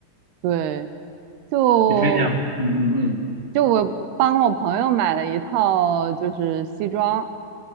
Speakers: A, on the right; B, on the left.
A: 对，就
B: 你分享，嗯嗯嗯，
A: 就我帮我朋友买了一套，就是西装，